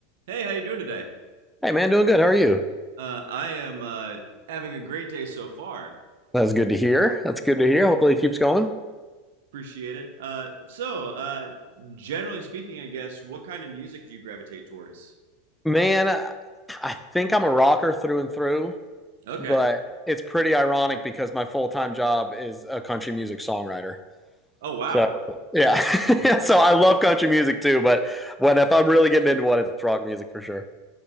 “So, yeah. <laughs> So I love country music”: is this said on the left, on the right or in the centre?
Centre